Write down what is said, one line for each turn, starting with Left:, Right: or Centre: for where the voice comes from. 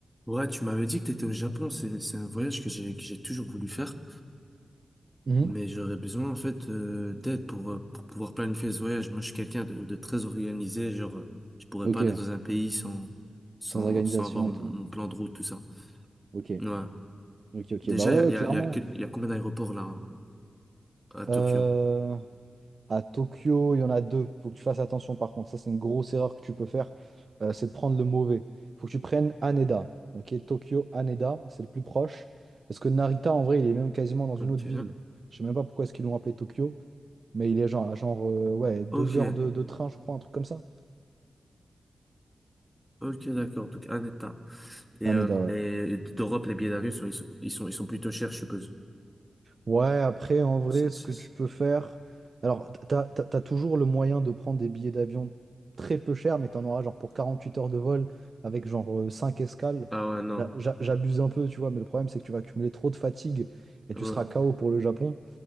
Centre: Ouais, tu m'avais dit que t'étais au Japon, c'est c'est un voyage que j'ai que j'ai toujours voulu faire,
Right: Mhm.
Centre: mais j'aurais besoin en fait euh, d'aide pour euh, pour pouvoir planifier ce voyage. Moi, je suis quelqu'un de, de très organisé, genre euh, je pourrais
Right: Ok,
Centre: pas aller dans un pays sans sans
Right: sans organisation
Centre: sans avoir
Right: et
Centre: mon,
Right: tout.
Centre: mon plan de route tout ça.
Right: Ok,
Centre: Ouais.
Right: ok, ok.
Centre: Déjà,
Right: Bah ouais, ouais,
Centre: il
Right: clairement.
Centre: y a il y a, il y a quel- il y a combien d'aéroports là à Tokyo?
Right: Euh, à Tokyo, il y en a deux. Faut que tu fasses attention par contre. Ça, c'est une grosse erreur que tu peux faire. Euh, c'est de prendre le mauvais. Faut que tu prennes Haneda. Ok, Tokyo, Haneda, c'est le plus proche. Parce que Narita, en vrai, il est même quasiment dans une
Centre: Ok.
Right: autre ville. Je sais même pas pourquoi est-ce qu'ils l'ont appelé Tokyo, mais il est genre, genre euh, ouais, deux
Centre: Ok,
Right: heures de, de train, je crois, un truc comme ça.
Centre: ok, d'accord. Donc un état. Et,
Right: Haneda,
Centre: euh,
Right: ouais.
Centre: et d'Europe, les billets d'avion sont ils sont ils sont ils sont plutôt chers, je suppose.
Right: Ouais, après, en vrai,
Centre: C'est-
Right: ce
Centre: c'est-
Right: que tu
Centre: c'est-
Right: peux faire. Alors, t'as, t'as- t'as toujours le moyen de prendre des billets d'avion très peu chers, mais t'en auras genre pour 48 heures de vol avec genre euh, 5 escales.
Centre: Ah ouais, non.
Right: J'a- j'a- J'abuse un peu, tu vois, mais le problème, c'est que tu vas accumuler trop de fatigue et tu
Centre: Ouais.
Right: seras KO pour le Japon.